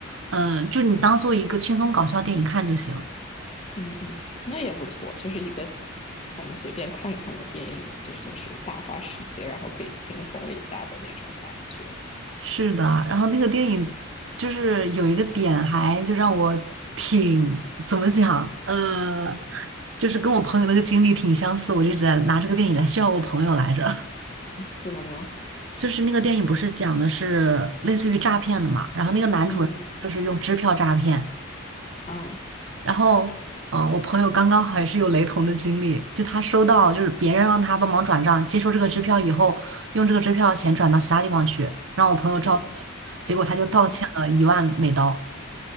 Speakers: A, on the right (about 65°); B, on the left (about 30°).
A: 嗯，就你当做一个轻松搞笑电影看就行。
B: 嗯嗯，那也不错，就是一个反正随便看看的电影嘛，就是就是打发时间，然后可以轻松一下的那种感觉，
A: 是的，然后那个电影就是有一个点，还就让我挺怎么讲，呃，就是跟我朋友那个经历挺相似，我就一直在拿这个电影来笑我朋友来着。
B: 怎么呢？
A: <laughs> 就是那个电影不是讲的是类似于诈骗的嘛，然后那个男主人就是用支票诈骗，
B: 嗯嗯
A: 然后，嗯、我朋友刚刚好也是有雷同的经历，就他收到就是别人让他帮忙转账，接收这个支票以后，用这个支票钱转到其他地方去，让我朋友照做了，
B: 嗯
A: 结果他就倒欠了一万美刀。
B: 嗯，